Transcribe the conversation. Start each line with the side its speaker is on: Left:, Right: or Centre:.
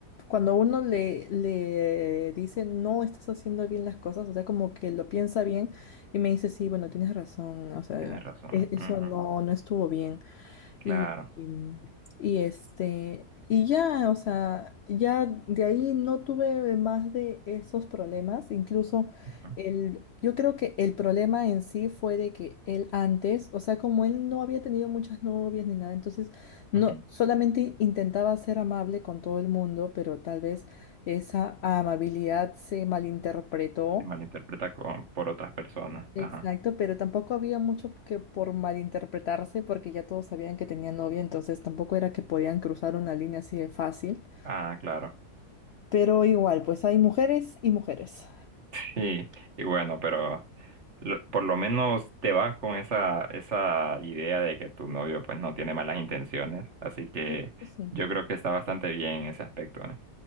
Left: cuando uno le, le dice no estás haciendo bien las cosas, o sea, como que lo piensa bien y me dice, sí, bueno, tienes razón, o sea,
Right: Tienes razón,
Left: e- eso
Right: ujú,
Left: no, no estuvo bien.
Right: claro,
Left: Y, y, y, este, y ya, o sea, ya de ahí no tuve más de esos problemas. Incluso
Right: Ujú.
Left: el, yo creo que el problema en sí fue de que él antes, o sea, como él no había tenido muchas novias ni nada, entonces no,
Right: Ujú.
Left: solamente intentaba ser amable con todo el mundo, pero tal vez esa amabilidad se malinterpretó
Right: se malinterpreta con, por otras personas,
Left: Exacto,
Right: ajá,
Left: pero tampoco había mucho que por malinterpretarse porque ya todos sabían que tenía novia, entonces tampoco era que podían cruzar una línea así de fácil.
Right: ah, claro.
Left: Pero igual, pues hay mujeres y mujeres.
Right: Sí, y bueno, pero lo- por lo menos te vas con esa, esa idea de que tu novio pues no tiene malas intenciones, así que
Left: Eso sí,
Right: yo creo que está bastante bien en ese aspecto, ¿eh?